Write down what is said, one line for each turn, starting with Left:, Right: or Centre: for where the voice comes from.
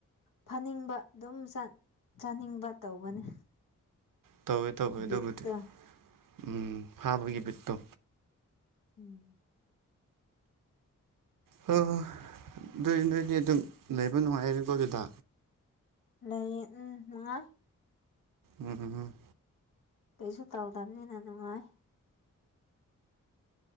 Left: ꯐꯥꯅꯤꯡꯕ ꯑꯗꯨꯝ ꯆꯥꯅꯤꯡꯕ ꯇꯧꯕꯅꯦ
Right: ꯇꯧꯋꯦ ꯇꯧꯋꯦ
Left: ꯕꯤꯠꯇꯣ
Right: ꯑꯗꯨꯕꯨꯗꯤ ꯎꯝ ꯐꯥꯕꯒꯤ ꯕꯤꯠꯇꯣ
Left: ꯎꯝ
Right: ꯍꯣꯏ ꯍꯣꯏ ꯑꯗꯨꯏ ꯅꯣꯏꯗꯤ ꯑꯗꯨꯝ ꯂꯩꯕ ꯅꯨꯡꯉꯥꯏꯔꯦꯀꯣ ꯑꯗꯨꯗ
Left: ꯂꯩꯌꯦ ꯎꯝ ꯃꯉꯥ
Right: ꯎꯝ
Left: ꯀꯩꯁꯨ ꯇꯧꯗꯕꯅꯤꯅ ꯅꯨꯡꯉꯥꯏ